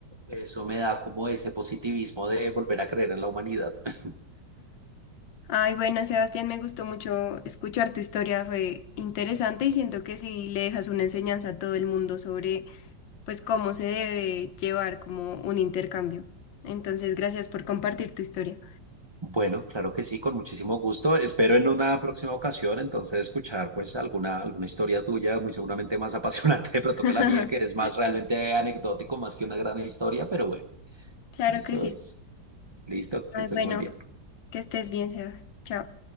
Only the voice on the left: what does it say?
Ay, bueno, Sebastián, me gustó mucho escuchar tu historia, fue interesante y siento que sí le dejas una enseñanza a todo el mundo sobre, pues, cómo se debe llevar como un intercambio. Entonces, gracias por compartir tu historia.
<laughs>
Claro
que sí.
Ay,
bueno,
que estés bien, Sebas. Chao.